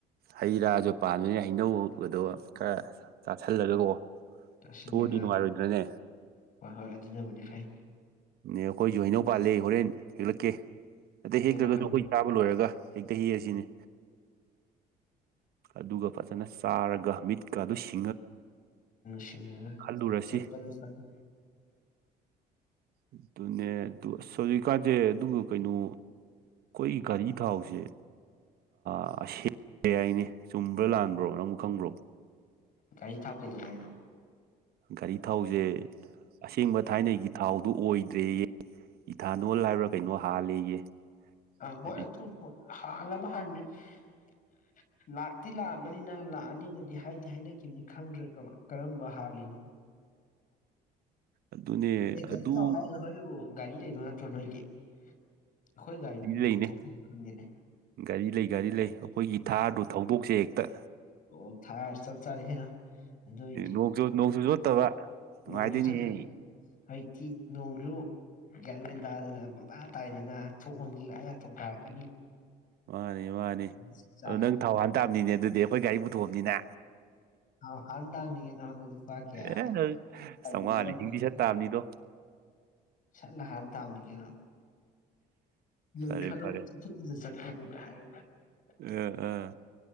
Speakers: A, on the right; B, on the left.
A: ꯍꯩ ꯔꯥꯁꯨ ꯄꯥꯝꯃꯤꯅꯤ ꯅꯧ ꯑꯗꯣ ꯈꯔ ꯆꯥꯥꯁꯜꯂꯒꯀꯣ
B: ꯆꯥꯁꯤꯜꯂꯒ
A: ꯊꯣꯛꯑꯗꯤ ꯅꯨꯡꯉꯥꯏꯔꯣꯏꯗ꯭ꯔꯅꯦ
B: ꯍꯣꯏ ꯍꯣꯏ ꯑꯗꯨꯅꯕꯨꯗꯤ ꯐꯩ
A: ꯅꯦ ꯑꯩꯈꯣꯏꯁꯨ ꯍꯩꯅꯧ ꯄꯥꯜꯂꯦ ꯍꯣꯔꯦꯟ ꯍꯦꯛꯂꯛꯀꯦ ꯑꯇꯩ
B: ꯍꯦꯛꯂꯥꯎ
A: ꯍꯦꯛꯇ꯭ꯔꯒꯁꯨ
B: ꯍꯩꯂꯥꯎ
A: ꯑꯩꯈꯣꯏ ꯆꯥꯕ ꯂꯣꯏꯔꯒ ꯍꯦꯛꯇ ꯍꯦꯛꯑ ꯁꯤꯅꯤ ꯑꯗꯨꯒ ꯐꯖꯅ ꯆꯥꯔꯒ ꯃꯤꯠꯀꯗꯨ ꯁꯤꯡ
B: ꯁꯤꯡꯉꯒꯥ
A: ꯈꯜꯂꯨꯔꯁꯤ
B: ꯆꯠꯄꯅ ꯐꯥꯅꯤ
A: ꯑꯗꯨꯅꯦ ꯑꯗꯨ ꯑꯁ ꯍꯧꯖꯤꯛꯀꯥꯟꯁꯦ ꯑꯗꯨꯒ ꯀꯩꯅꯣ ꯑꯩꯈꯣꯏꯒꯤ ꯒꯥꯔꯤ ꯊꯥꯎꯁꯦ <unintelligible> ꯍꯥꯏꯅꯦ ꯆꯨꯝꯕ꯭ꯔꯥ ꯂꯥꯟꯕ꯭ꯔꯣ ꯅꯪ ꯈꯪꯕ꯭ꯔꯣ
B: ꯒꯥꯔꯤ ꯊꯥꯎꯈꯤꯗꯧ ꯍꯥꯏꯅꯣ
A: ꯒꯥꯔꯤ ꯊꯥꯎꯁꯦ ꯑꯁꯦꯡꯕ ꯊꯥꯏꯅꯒꯤ ꯊꯥꯎꯗꯨ ꯑꯣꯏꯗ꯭ꯔꯦꯌꯦ ꯏꯊꯥꯅꯣꯜ ꯍꯥꯏꯕ꯭ꯔꯥ ꯀꯩꯅꯣ ꯍꯥꯜꯂꯦꯌꯦ
B: ꯑ ꯍꯣꯏ
A: ꯍꯥꯏꯗꯤ
B: ꯑꯗꯨ ꯍꯥꯥꯟꯂꯕ <unintelligible> ꯂꯥꯛꯇꯤ ꯂꯥꯛꯑꯕꯅꯤꯅ ꯂꯥꯛꯑꯅꯤꯗꯗꯤ ꯍꯥꯏꯗꯤ ꯍꯥꯏꯅꯈꯤꯕꯅꯤ ꯈꯪꯗ꯭ꯔꯦ ꯀꯔꯝꯕ ꯍꯥꯜꯂꯤꯅꯣ
A: ꯑꯗꯨꯅꯦ
B: ꯑꯩ ꯒꯥꯔꯤ
A: ꯑꯗꯨ
B: ꯊꯥꯎ ꯍꯥꯏꯔꯒꯥ <unintelligible> ꯒꯥꯔꯤ ꯂꯩꯗꯣꯏ ꯅꯠꯇ꯭ꯔꯣ ꯅꯣꯏꯒꯤ ꯑꯩꯈꯣꯏ ꯒꯥꯔꯤꯗꯨ
A: ꯂꯩꯅꯦ
B: ꯄꯨꯊꯣꯛꯈꯤꯕ ꯈꯪꯗꯦꯅꯦ
A: ꯒꯥꯔꯤ ꯂꯩ ꯒꯥꯔꯤ ꯂꯩ ꯑꯩꯈꯣꯏꯒꯤ ꯊꯥꯔꯗꯨ ꯊꯧꯗꯣꯛꯁꯦ ꯍꯦꯛꯇ
B: ꯑꯣ ꯊꯥꯔ ꯆꯞ ꯆꯥꯔꯦꯍꯦ ꯑꯗꯨꯏꯗꯤ
A: ꯅꯣꯡꯁꯨ ꯅꯣꯡꯁꯨ ꯆꯣꯠꯇꯕ ꯅꯨꯡꯉꯥꯏꯗꯣꯏꯅꯤꯍꯦ
B: ꯅꯣꯡꯁꯨ <unintelligible> ꯊꯤ ꯅꯣꯡ ꯗꯨ ꯒꯌꯥꯡ ꯃꯦꯟ ꯇꯥꯗꯅ ꯄꯪꯇꯥ ꯇꯥꯏꯗꯅ ꯊꯣꯛ ꯃꯪꯒꯤ ꯂꯥꯛꯑꯒ ꯊꯣꯛ ꯇꯥꯔꯛꯀꯅꯤ
A: ꯃꯥꯅꯤ ꯃꯥꯅꯤ
B: ꯆꯞ ꯆꯥꯔꯦ
A: ꯑꯗꯨ ꯅꯪ ꯊꯥꯎ ꯍꯟ ꯇꯕꯅꯤꯅꯦ ꯑꯗꯨꯗꯤ ꯑꯩꯈꯣꯏ ꯒꯥꯔꯤ ꯄꯨꯊꯣꯛꯑ ꯕꯅꯤꯅ
B: ꯑ ꯍꯥꯟ ꯇꯥꯡꯅꯤꯡꯒꯦꯅꯣ ꯂꯨꯄꯥ ꯀꯌꯥ
A: ꯑꯦ ꯅꯪ
B: <unintelligible>
A: ꯆꯥꯝꯃꯉꯥ ꯂꯤꯁꯤꯡꯗꯤ ꯁꯠ ꯇꯥꯕꯅꯤꯗꯣ
B: ꯆꯠꯂ ꯍꯥꯟ ꯇꯥꯡꯅꯤꯒꯦꯅꯣ ꯅꯣꯡ
A: ꯐꯔꯦ
B: ꯐꯥꯗꯣꯛ
A: ꯐꯔꯦ
B: ꯊꯤꯛꯅ ꯆꯠꯄꯕꯨ <unintelligible>
A: ꯑꯥ ꯑꯥ